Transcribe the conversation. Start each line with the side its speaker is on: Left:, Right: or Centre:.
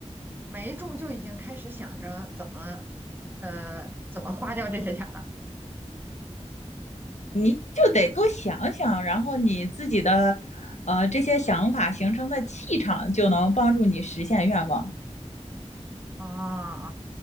Right: 没中就已经开始想着怎么呃怎么花掉这些钱
Left: 你就得多想想，然后你自己的，呃，这些想法形成的气场，就能帮助你实现愿望。
Right: 了啊。